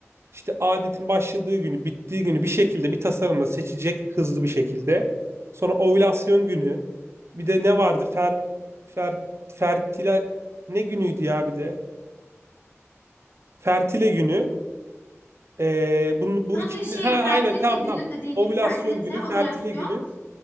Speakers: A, on the right; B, on the left.
A: işte adetin başladığı günü, bittiği günü bir şekilde bir tasarımla seçecek hızlı bir şekilde. Sonra ovülasyon günü. Bir de ne vardı? Fer, fer, fertile ne günüydü ya bir de? Fertile günü. Ee, bunu, bu
B: Kanka
A: ikisini
B: şey
A: ha aynen
B: fertilite
A: tam
B: günü
A: tam.
B: dediğin
A: Ovülasyon
B: gibi fertilite,
A: günü,
B: ovülasyon
A: fertile günü,